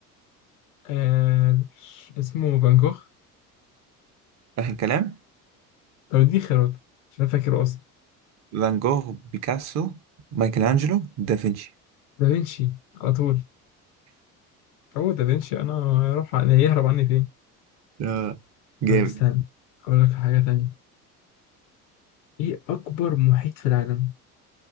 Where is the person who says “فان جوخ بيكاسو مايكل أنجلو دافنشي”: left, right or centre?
Right